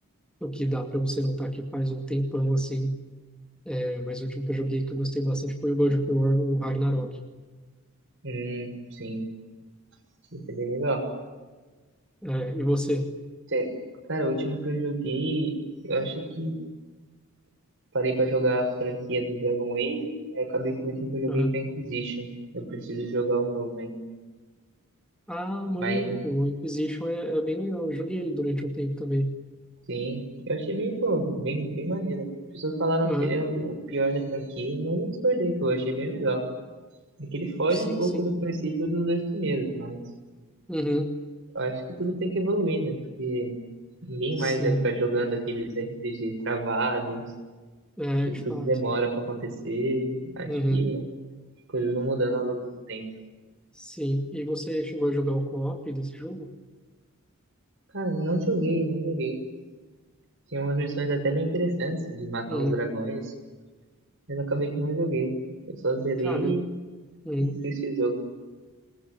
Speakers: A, in the centre; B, on the right.
A: o que dá para você notar que faz um tempão assim. Mas o último que eu joguei que eu gostei bastante foi o God of War, o Ragnarok.
B: Hum, sim. Isso é bem legal.
A: É, e você?
B: Cê- Cara, o último que eu joguei, eu acho que parei pra jogar a franquia do Dragon Age, aí eu acabei que o último que eu joguei
A: Aham.
B: foi Inquisition. Eu preciso jogar o novo ainda.
A: Ah, maneiro,
B: Mas,
A: pô. O Inquisition é, é bem legal. Eu joguei ele durante um tempo também.
B: sim, eu achei bem, pô, bem, bem maneiro. As pessoas falaram
A: Aham.
B: que ele é o pior da franquia, mas eu discordei, pô, eu achei bem legal. É que ele foge
A: Sim,
B: um pouco
A: sim.
B: do princípio dos dois primeiros, mas
A: Uhum.
B: eu acho que tudo tem que evoluir, né? Porque ninguém
A: Sim.
B: mais vai ficar jogando aqueles RPGs travados,
A: É,
B: que
A: de
B: tudo
A: fato.
B: demora pra acontecer. Acho
A: Uhum.
B: que coisas vão mudando ao longo do tempo.
A: Sim. E você chegou a jogar o co-op desse jogo?
B: Cara, não joguei, não joguei. Tinha umas missões até bem interessantes de matar
A: Uhum.
B: uns dragões, mas eu acabei que não joguei. Eu só zerei
A: Cara, uhum.
B: e esqueci o jogo.